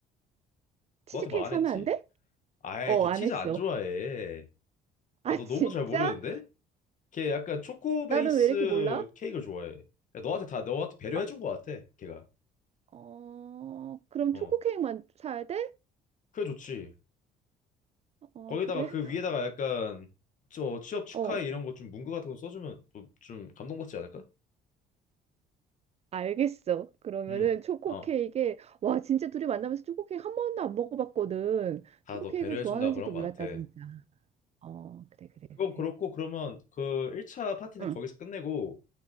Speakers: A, on the right; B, on the left.
A: 치즈케이크
B: 너한테 말 안
A: 사면
B: 했지.
A: 안 돼?
B: 아이,
A: 어,
B: 걔
A: 안
B: 치즈
A: 했어.
B: 안 좋아해. 아,
A: <laughs> 아,
B: 너
A: 진짜?
B: 너무 잘 모르는데? 걔 약간 초코
A: 나는
B: 베이스
A: 왜 이렇게 몰라?
B: 케이크를 좋아해. 그러니까 너한테 다 너한테 배려해
A: 아,
B: 준 것 같아, 걔가.
A: 어, 그럼
B: 어,
A: 초코케이크만 사야 돼?
B: 그게 좋지.
A: 어,
B: 거기다가
A: 그래.
B: 그 위에다가 약간 저 취업 축하해
A: 어,
B: 이런 거 좀 문구 같은 거 써주면 또 좀 감동받지 않을까?
A: 알겠어. 그러면은
B: 음,
A: 초코
B: 어,
A: 케이크에 와 진짜 둘이 만나면서 초코 케이크 한 번도 안 먹어봤거든.
B: 다
A: 초코
B: 너
A: 케이크
B: 배려해
A: 좋아하는지도
B: 준다 그런
A: 몰랐다
B: 것 같아.
A: 진짜. 어, 그래 그래
B: 그건
A: 그래.
B: 그렇고 그러면 그 1차 파티는
A: 응,
B: 거기서 끝내고